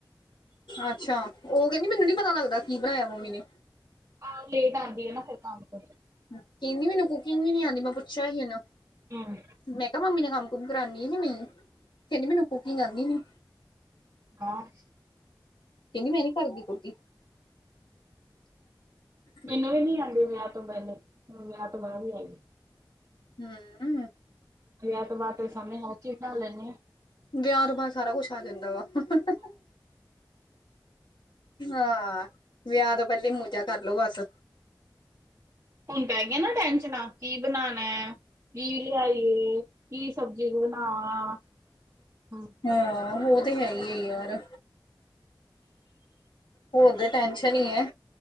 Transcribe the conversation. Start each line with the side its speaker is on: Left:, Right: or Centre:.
Left: ਅੱਛਾ, ਉਹ ਕਹਿੰਦੀ ਮੈਨੂੰ ਨੀ ਪਤਾ ਲੱਗਦਾ ਕੀ ਬਣਾਇਆ ਮੰਮੀ ਨੇ।
Right: ਆਹੋ ਲੇਟ ਆਦੀ ਆ ਨਾ ਫਿਰ ਕੰਮ ਤੋਂ
Left: ਕਹਿੰਦੀ ਮੈਨੂੰ ਕੁਕਿੰਗ ਵੀ ਨੀ ਆਦੀ ਮੈਂ ਪੁੱਛਿਆ ਸੀ ਇਹਨੂੰ।
Right: ਹੁਅ
Left: ਮੈਂ ਕਿਹਾ ਮੰਮੀ ਨਾਲ ਕੰਮ - ਕੁਮ ਕਰਾਂਦੀ ਆ ਨਹੀਂ ਕਹਿੰਦੀ ਮੈਨੂੰ ਕੁਕਿੰਗ ਆਂਦੀ ਨੀ।
Right: ਕੋਣ
Left: ਕਹਿੰਦੀ ਮੈਂ ਨੀ ਕਰਦੀ ਕੁੁਰਦੀ। <inaudible>
Right: ਮੈਨੂੰ ਵੀ ਨੀ ਆਦੀ ਵਿਆਹ ਤੋਂ ਪਹਿਲੇ ਵਿਆਹ ਤੋਂ ਬਾਅਦ ਵੀ ਆਈ।
Left: ਹੂੰ-ਅਮ
Right: ਵਿਆਹ ਤੋਂ ਬਾਅਦ ਤੇਰੇ ਸਾਹਮਣੇ ਹਰ ਚੀਜ਼ ਬਣਾ ਲੈਣੇ ਹਾਂ।
Left: ਵਿਆਹ ਤੋਂ ਬਾਅਦ ਸਾਰਾ ਕੁੱਛ ਆ ਜਾਂਦਾ ਵਾ। <unintelligible> ਹਾਂ ਵਿਆਹ ਤੋਂ ਪਹਿਲੇ ਮੋਜਾ ਕਰਲੋ ਬਸ।
Right: ਹੁਣ ਪੈ ਗਿਆ ਨਾ ਟੈਸ਼ਨਾਂ ਕੀ ਬਣਾਣਾ ਕੀ ਲਿਆਈਏ। ਕੀ ਸਬਜ਼ੀ ਬਣਾਵਾ ਹੂੰ
Left: ਹਾਂ ਉਹ ਤੇ ਹੈ ਹੀ ਯਾਰ, ਹੋਰ ਤੇ ਟੈਨਸ਼ਨ ਹੀ ਐ